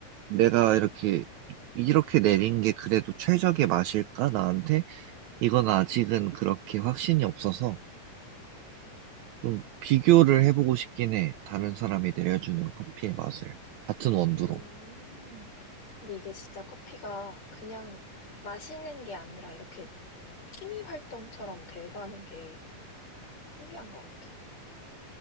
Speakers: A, on the right; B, on the left.
A: 내가 이렇게, 이렇게 내린 게 그래도 최적의 맛일까? 나한테? 이건 아직은 그렇게 확신이 없어서 좀 비교를 해보고 싶긴 해. 다른 사람이 내려주는 커피의 맛을. 같은 원두로.
B: 음. 근데 이게 진짜 커피가 그냥 마시는 게 아니라 이렇게 취미 활동처럼 돼가는 게 신기한 것 같아.